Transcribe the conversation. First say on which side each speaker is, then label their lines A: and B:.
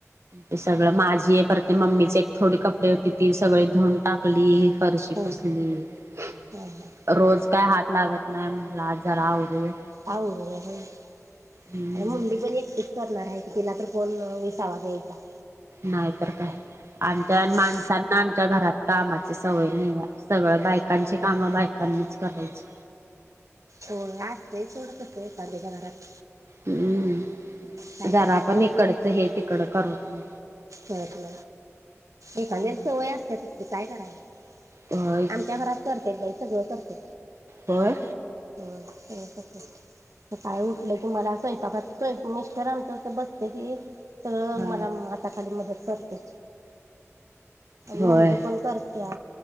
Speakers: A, on the right; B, on the right.
A: ते सगळ माझीये, परते मम्मीचे एक थोडी कपडे होती, ती सगळी धुऊून टाकली, फरशी
B: हं
A: पुस <unintelligible>
B: हं हं
A: रोज काय हात लागत नाही म्हटलं आज जरा आवरूया
B: आवरुया बाई
A: हम्म
B: मुंडी पण एक करणार आहे क तिला तर कोण विसावा द्यायचा.
A: नाही तर काय आमच्या
B: आपण
A: माणसांना आमच्या घरात कामाची सवय नाही आहे. सगळं बायकांची कामं बायकांनीच करायच
B: हो आय सोडतच पा्याच्या घरात
A: हम्म
B: काय
A: जरा
B: करायचं
A: आपण इकडच हे तिकड करत म
B: ळ एखाद्यार
A: नाही
B: सवय असते त तडे काय करायचं
A: होय
B: आमच्या घरात करते बाई सगळं करते
A: होय
B: हम् सकाळी उठलं की मला स्वयंपाकातवय मिस्टर आमचं बसते कि तर
A: हा
B: मला आता खाली मदत करते मुलगी
A: होय
B: पण करत्या